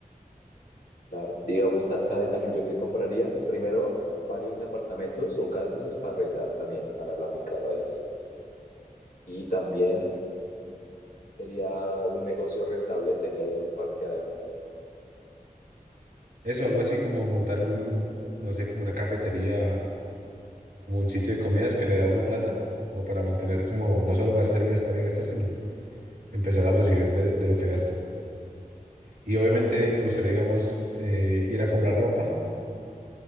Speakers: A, on the left (about 85°); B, on the right (about 85°).
A: claro. Digamos, ta- ¿sabe también yo qué compraría? Primero, varios apartamentos o casas para arrendar también, para la finca raíz. Y también... Sería un negocio rentable tener un parqueadero.
B: Eso, algo así como montar un, u- no sé, como una cafetería, como un sitio de comidas que le da a uno plata, como para mantener como no solo gastar y gastar y gastar, sino empezar a recibir de, de lo que gasta. Y obviamente me gustaría, digamos, eh, ir a comprar ropa